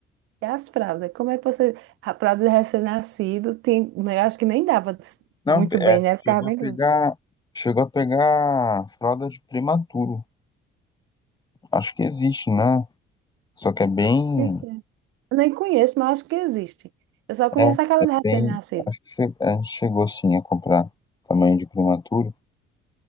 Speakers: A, on the right; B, on the left.
A: E as fraldas? Como é que você. A fralda de recém-nascido, tem... né, eu acho que nem dava
B: Não,
A: muito
B: é,
A: bem, né?
B: chegou
A: Ficava bem
B: a pegar,
A: grande.
B: chegou a pegar fralda de prematuro. Acho que existe, né? Só que é bem,
A: Isso é. Eu nem conheço, mas acho que existe. Eu só conheço
B: é,
A: aquela
B: é
A: de recém-nascido.
B: bem, acho que che- é, chegou sim a comprar tamanho de prematuro.